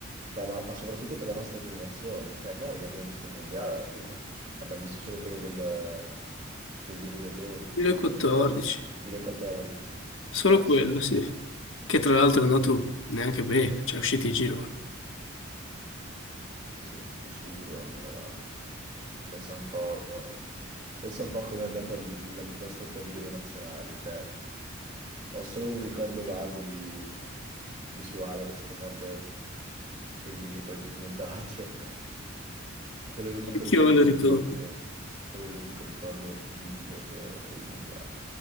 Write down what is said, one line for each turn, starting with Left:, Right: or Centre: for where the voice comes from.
Right: Cioè, ma ma soprattutto per la nostra generazione. Cioè, noi abbiamo visto un mondiale alla fine. Abbiamo visto solo quello del, del 2012,
Left: 2014,
Right: 2014.
Left: solo
Right: Eh
Left: quello,
Right: sì,
Left: sì. Che tra l'altro è andato neanche bene, cioè, è uscito i gironi.
Right: sì, usciti i gironi, tra l'altro. Cioè, pensa un po', pensa un po' come è andato il, il nostro periodo nazionale. Cioè, ho solo un ricordo vago di, di Suarez che morde Chiellini, poi di- nient'altro. Quello è l'unico
Left: Anch'io
Right: ricordo
Left: me lo
Right: dei mondiali
Left: ricordo.
Right: che ho. Quello è l'unico ricordo nitido che ho dei mondiali.